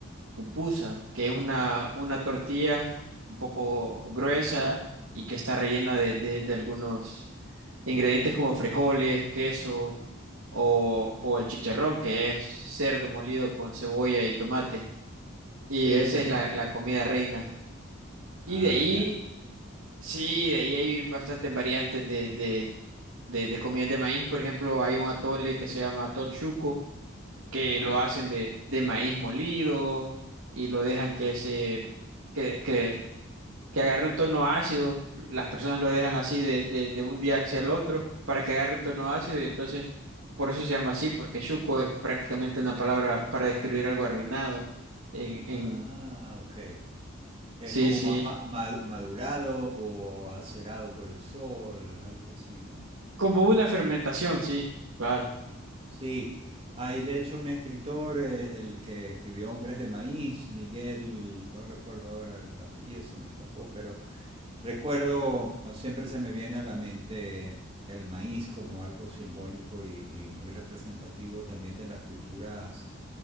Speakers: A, on the right (about 85°); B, on the right (about 25°).
A: pupusa, que es una, una tortilla un poco gruesa y que está rellena de, de, de algunos ingredientes como frijoles, queso o, o el chicharrón, que es cerdo molido con cebolla y tomate.
B: Sí,
A: Y esa
B: sí,
A: es
B: sí.
A: la, la comida reina. Y
B: Ah,
A: de ahí,
B: ya.
A: sí, de ahí hay bastantes variantes de, de, de, de comidas de maíz. Por ejemplo, hay un atole que se llama atol chuco, que
B: Ajá.
A: lo hacen de, de maíz molido y lo dejan que se, que, que, que agarre un tono ácido. Las personas lo dejan así de, de, de un día hacia el otro para que agarre un tono ácido y entonces, por eso se llama así, porque chuco es prácticamente una palabra para describir algo arruinado. En,
B: Ah,
A: en,
B: ok. Es
A: sí,
B: como
A: sí.
B: más ma- ma- madurado o acelado por el sol, algo así, ¿no?
A: Como una fermentación, sí, claro.
B: Sí, hay de hecho un escritor, eh, el que escribió Hombres de Maíz, Miguel, no recuerdo ahora el apellido, se me escapó, pero recuerdo, o siempre se me viene a la mente el maíz como algo simbólico y, y muy representativo también de las culturas